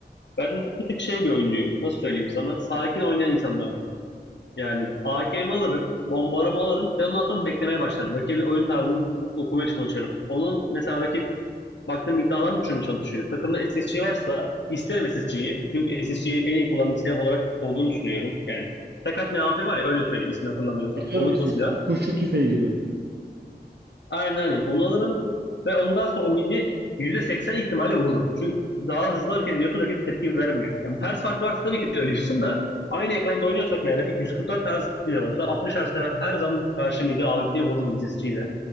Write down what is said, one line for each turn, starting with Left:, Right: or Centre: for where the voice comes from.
Left: Ben bir tek şey bir oyuncuyum. Nasıl söyleyeyim sana? Sakin oynayan insanlardan. Yani AK'mi alırım, bombarımı alırım ve ondan sonra beklemeye başlarım. Rakibin oyun tarzını okumaya çalışırım. Onun mesela rakip baktığım iddialar mı düşürmeye çalışıyor? Takımda SSC varsa isterim SSC'yi. Çünkü SSC'yi en iyi kullandığım silah olarak olduğunu düşünüyorum. Yani tek atmayan AP var ya öyle söyleyeyim ismini hatırlamıyorsam.
Right: Ha, biliyorum
Left: Onu,
Right: işte
Left: o silah.
Right: şey, kurşun tüfeği gibi.
Left: Aynen aynen onu alırım ve ondan sonra o midi %80 ihtimalle vururum. Çünkü daha hızlı hareket ediyorsun rakip tepki vermiyor. Yani hertz farkı varsa tabii ki de ölüyorsun da aynı ekranda oynuyorsak ve rakip 144 Hz bile olsa 60 Hz'de ben her zaman karşı midi AWP'ye vururdum sesçiyle.